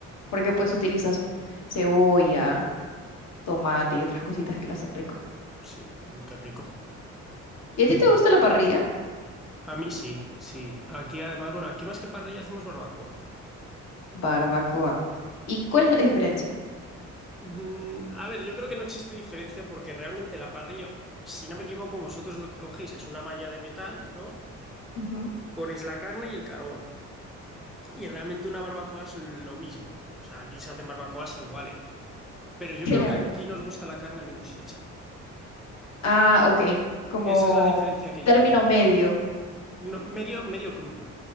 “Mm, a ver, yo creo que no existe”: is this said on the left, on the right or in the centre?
Centre